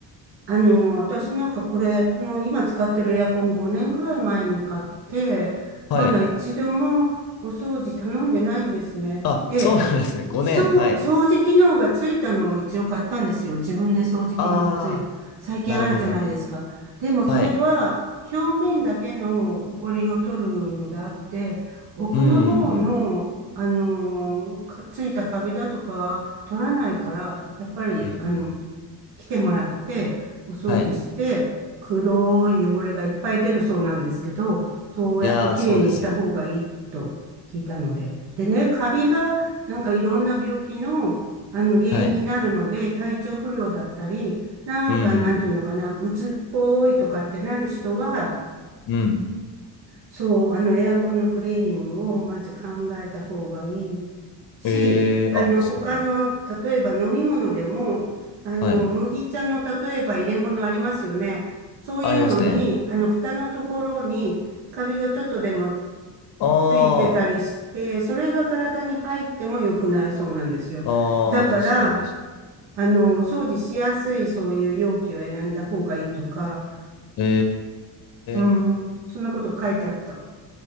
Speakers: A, on the right; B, on the left.
A: あの、私なんかこれ、この今使ってるエアコン5年ぐらい前に買って、
B: はい。
A: まだ一度もお掃除頼んでないんですね。
B: あ、
A: で、
B: そうなんですね。5年。
A: そう、
B: はい。
A: 掃除機能がついたのを一応買ったんですよ。自分で掃除機能がつい、
B: ああ、
A: 最近あるじゃないですか。
B: なるほど、なるほど。
A: でもそれは表面だけの埃を取るのであって、
B: はい。
A: 奥の方の、
B: うん、うん、
A: あのーかついたカビだとか取らないから、やっぱり、
B: うん。うん、うん。
A: あの、来てもらって、お掃除して、
B: はい。
A: 黒い汚れがいっぱい出るそうなんですけど、そうやってきれいにした方がいいと聞いたので。
B: いやー、そうですよ。
A: でね、カビが、なんかいろんな病気の、あの原因になるので、
B: はい。
A: 体調不良だったり、なんかなんていうのかな、
B: うん、うん、
A: うつっぽいとかってなる人は、
B: うん。
A: そう、あの、エアコンのクリーニングをまず考えた方がいいし、
B: ええあ、
A: あの、
B: そうなんだ。
A: 他の、例えば飲み物でも、あの、
B: はい。
A: 麦茶の例えば入れ物ありますよね。そういうのに、
B: ありますね。
A: あの、蓋のところにカビがちょっとでも
B: あ
A: ついてたりして、それが体に入っても良くないそうなんですよ。
B: あ、
A: だから、
B: ああ、確かに、確かに。
A: あの、お掃除しやすいそういう容器を選んだ方がいいとか、
B: え
A: うん、
B: ー、
A: そんなこと書いてあった。